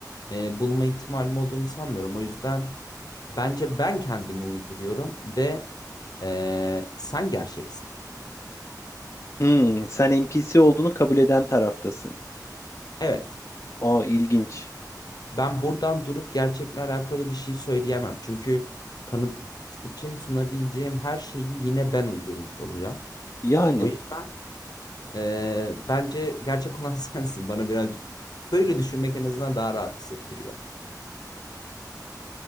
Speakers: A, on the left; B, on the left.
A: e, bulma ihtimalim olduğunu sanmıyorum. O yüzden bence ben kendimi uyduruyorum ve e, sen gerçeksin.
B: Hmm, sen NPC olduğunu kabul eden taraftasın.
A: Evet.
B: Aa ilginç.
A: ben buradan durup gerçekle alakalı bir şey söyleyemem. Çünkü kanıt için sunabileceğim her şeyi yine ben uydurmuş olacağım.
B: Yani.
A: O yüzden e, bence gerçek olan <laughs> sensin. Bana birazcık böyle düşünmek en azından daha rahat hissettiriyor.